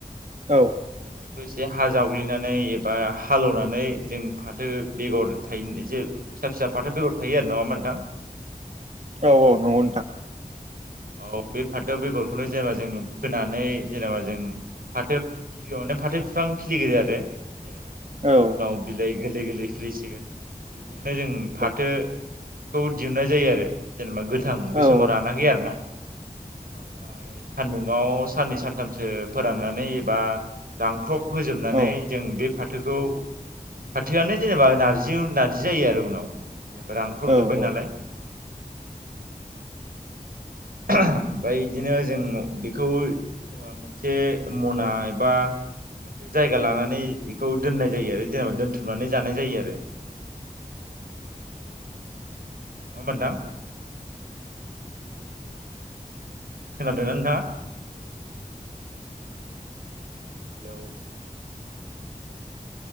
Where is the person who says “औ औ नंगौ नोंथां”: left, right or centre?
Right